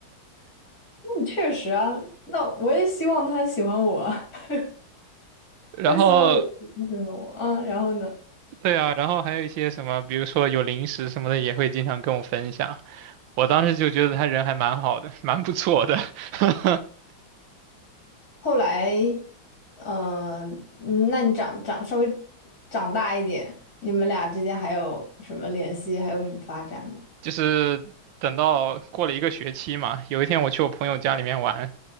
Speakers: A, on the left; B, on the right.
A: 确实啊，那我也希望他喜欢我，<laughs>
B: <laughs> 然后
A: 我也希望有人喜欢我。嗯，然后呢？
B: 对啊，然后还有一些什么，比如说有零食什么的，也会经常跟我分享。我当时就觉得他人还蛮好的，蛮不错的。<laughs>
A: 后来，嗯、嗯那你长长稍微长大一点，你们俩之间还有什么联系，还有什么发展吗？
B: 就是等到过了一个学期嘛，有一天我去我朋友家里面玩，